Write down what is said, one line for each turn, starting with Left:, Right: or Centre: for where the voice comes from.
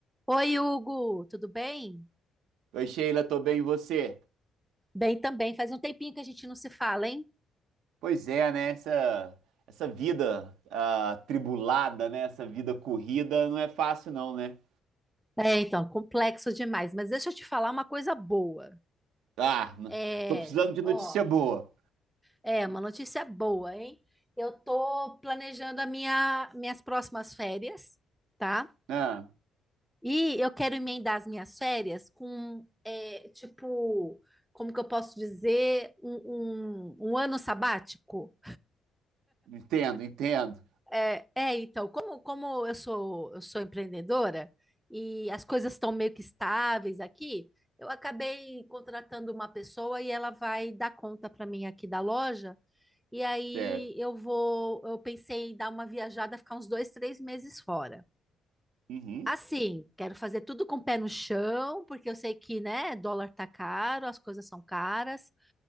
Centre: Oi, Hugo, tudo bem?
Right: Oi, Sheila, tô bem, e você?
Centre: Bem também. Faz um tempinho que a gente não se fala, hein?
Right: Pois é, né? Essa, essa vida ah, tribulada, né? Essa vida corrida não é fácil, não, né?
Centre: É, então, complexo demais. Mas deixa eu te falar uma coisa boa.
Right: Ah, n-
Centre: É,
Right: tô precisando de
Centre: ó,
Right: notícia boa.
Centre: é uma notícia boa, hein? Eu tô planejando a minha, minhas próximas férias, tá?
Right: Ah,
Centre: E eu quero emendar as minhas férias com, é, tipo, como que eu posso dizer, um, um um ano sabático.
Right: entendo, entendo.
Centre: É, é, então, como, como eu sou, eu sou empreendedora e as coisas estão meio que estáveis aqui, eu acabei contratando uma pessoa e ela vai dar conta para mim aqui da loja. E aí
Right: Certo.
Centre: eu vou, eu pensei em dar uma viajada, ficar uns dois, três meses fora.
Right: Uhum,
Centre: Assim, quero fazer tudo com o pé no chão, porque eu sei que, né, dólar tá caro, as coisas são caras.